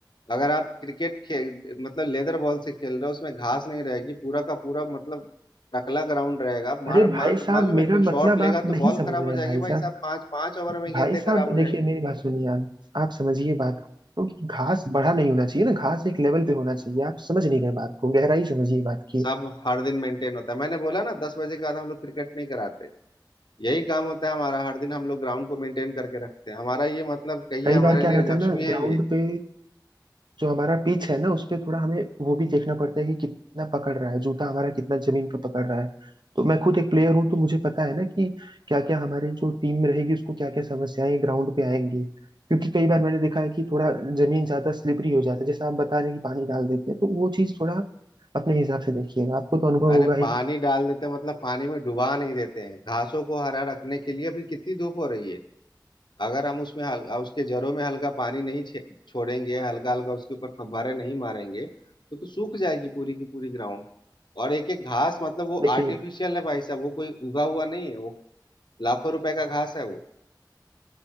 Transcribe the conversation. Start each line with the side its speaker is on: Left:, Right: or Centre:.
Left: अगर आप क्रिकेट खेल मतलब लेदर बॉल से खेल रहे हो उसमें घास नहीं रहेगी पूरा का पूरा मतलब टकला ग्राउंड रहेगा मार,
Right: अरे
Left: मान
Right: भाई साहब
Left: मालूम है
Right: मेरा
Left: कोई शॉट
Right: मतलब
Left: लेगा
Right: आप
Left: तो बॉल
Right: नहीं समझ
Left: खराब
Right: रहे
Left: हो
Right: हैं
Left: जाएगी
Right: भाई
Left: भाई
Right: साहब
Left: साहब पांच पांच ओवर में
Right: भाई
Left: गेंदे
Right: साहब
Left: खराब हो
Right: देखिए
Left: जाएंगी
Right: मेरी बात सुनिए आप आप समझिए बात को कि घास बढ़ा नहीं होना चाहिए ना घास एक लेवल पे होना चाहिए आप समझ नहीं रहे बात को गहराई समझिए बात की
Left: सब हर दिन मेंटेन होता है मैंने बोला ना दस बजे के बाद हम लोग क्रिकेट नहीं कराते यही काम होता है हमारा हर दिन हम लोग ग्राउंड को मेंटेन करके रखते हैं हमारा ये मतलब कहिए
Right: कई
Left: हमारे
Right: बार क्या
Left: लिए
Right: रहता
Left: लक्ष्मी
Right: है ना
Left: है
Right: ग्राउंड
Left: ये
Right: पे जो हमारा पिच है ना उस पे थोड़ा हमें वो भी देखना पड़ता है कि कितना पकड़ रहा है जूता हमारा कितना जमीन पर पकड़ रहा है तो मैं खुद एक प्लेयर हूँ तो मुझे पता है ना कि क्या क्या हमारे जो टीम में रहेगी उसको क्या क्या समस्याएं ग्राउंड पे आएंगी क्योंकि कई बार मैंने देखा है कि थोड़ा जमीन ज्यादा स्लिपरी हो जाता है जैसे आप बता रहे हैं कि पानी डाल देते हैं तो वो चीज थोड़ा अपने हिसाब से देखिएगा आपको तो अनुभव
Left: अरे
Right: होगा ही
Left: पानी डाल देते हैं मतलब पानी में डुबा नहीं देते हैं घासों को हरा रखने के लिए अभी कितनी धूप हो रही है अगर हम उसमें हल, उसके जड़ों में हल्का पानी नहीं छे- छोड़ेंगे हल्का हल्का उसके ऊपर फव्वारे नहीं मारेंगे तो, तो सूख जाएगी पूरी की पूरी ग्राउंड और एक एक घास मतलब वो
Right: देखिए
Left: आर्टिफिशियल है भाई साहब वो कोई उगा हुआ नहीं है वो लाखों रुपए का घास है वो